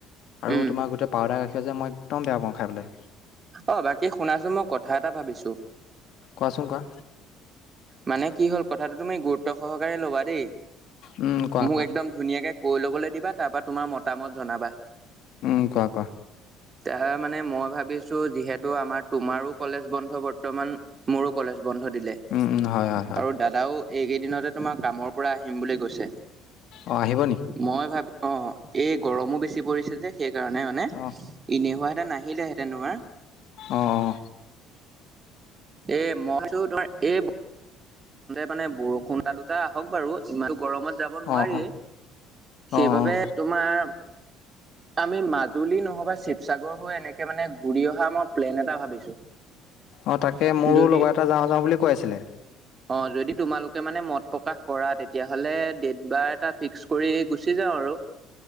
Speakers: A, on the left; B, on the right.
A: আৰু
B: উম।
A: তোমাৰ গোটেই পাউদাৰ গাখীৰ যে মই একদম বেয়া পাওঁ খাই পেলায়।
B: অ বাকী শুনাচোন মই কথা এটা ভাবিছো।
A: কোৱাচোন কোৱা।
B: মানে কি হ'ল কথাটো তুমি গুৰুত্ব সহকাৰে ল'বা দেই
A: উম কোৱা
B: মোক
A: কোৱা
B: একদম। ধুনীয়াকে কৈ ল'বলৈ দিবা। তাৰ পৰা তোমাৰ মতামত জনাবা।
A: উম কোৱা কোৱা।
B: তাৰ মানে মই ভাবিছো যিহেতু আমাৰ তোমাৰো কলেজ বন্ধ বৰ্তমান। মোৰো কলেজ বন্ধ দিলে।
A: উম হয় হয় হয়।
B: আৰু দাদাও এইকেইদিনতে তোমাৰ কামৰ পৰা আহিম বুলি কৈছে।
A: অঁ আহিব নিকি?
B: মই ভাবি অ এই গৰমো বেছি পৰিছে যে। সেইকাৰণে মানে
A: অঁ
B: ইনেহুৱাহতে নাহিলেহেঁ তোমাৰ।
A: অ অ।
B: এ মই তো তোমাৰ এই মানে বৰষুণ এটা দুটা আহক বাৰু ইমানো গৰমত যাব নোৱাৰি
A: অঁ অঁ
B: সেইবাবে
A: অঁ অঁ
B: তোমাৰ আমি মাজুলী নহয় বা শিৱসাগৰ এনেকে মানে ঘূৰি অহা মই প্লেন এটা ভাবিছো।
A: অ তাকে মোৰো
B: যদি
A: লগৰ এটা যাওঁ যাওঁ বুলি কৈ আছিলে।
B: অ যদি তোমালোকে মানে মত প্ৰকাশ কৰা তেতিয়াহ'লে ডট বাৰ এটা ফিক্স কৰি গুচি যাওঁ আৰু।